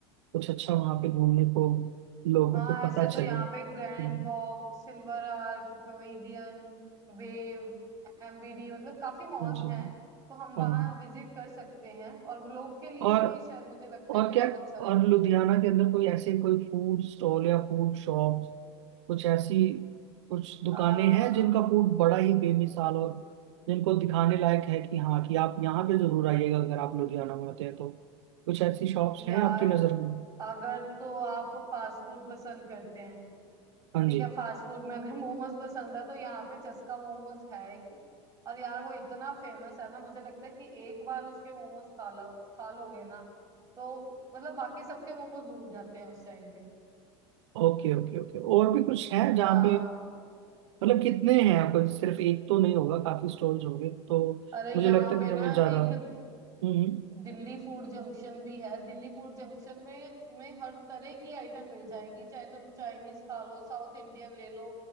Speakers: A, on the right; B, on the right.
A: कुछ अच्छा वहां पे घूमने को लोगों
B: हाँ
A: को
B: ऐसे
A: पता
B: तो
A: चले
B: यहाँ
A: हम्म,
B: पे Grand Walk Silver Arc Pavilion Wave MBD मतलब काफी मॉल्स
A: हाँ जी
B: हैं तो हम वहाँ
A: हाँ जी
B: विजिट कर सकते हैं और वो लोग के लिए
A: और
B: भी शायद मुझे लगता है
A: और
B: कि
A: क्या
B: बहुत अच्छा रहेगा
A: और
B: वो
A: लुधियाना के अंदर कोई ऐसे कोई फूड स्टॉल या फूड शॉप कुछ ऐसी कुछ दुकानें
B: आ,
A: हैं जिनका फूड बड़ा ही बेमिसाल और जिनको दिखाने लायक है कि हाँ कि आप यहाँ पे जरूर आइएगा अगर आप लुधियाना में आते हैं तो कुछ ऐसी शॉप्स
B: यार
A: हैं आपकी नज़र में
B: अगर तो आप फास्ट फूड पसंद करते हैं
A: हाँ
B: ठीक
A: जी
B: है फास्ट फूड में अगर मोमोज पसंद है तो यहाँ पे चस्का मोमोज है एक और यार वो इतना फेमस है ना मुझे लगता है कि एक बार उसके मोमोज खा लो खा लोगे ना तो मतलब बाकी सबके मोमोज भूल जाते हैं उस टाइम पे
A: ओके ओके ओके और भी कुछ है जहाँ
B: हाँ
A: पे मतलब कितने हैं आपको सिर्फ एक तो नहीं होगा काफी स्टॉल्स होंगे तो
B: अरे यहाँ
A: मुझे लगता है
B: पे
A: कि हमें
B: ना
A: ज्यादा
B: एक
A: हम्म हम्म।
B: दिल्ली फूड जंक्शन भी है दिल्ली फूड जंक्शन में में हर तरह की आइटम मिल जाएगी चाहे तुम चाइनीज खा लो साउथ इंडियन ले लो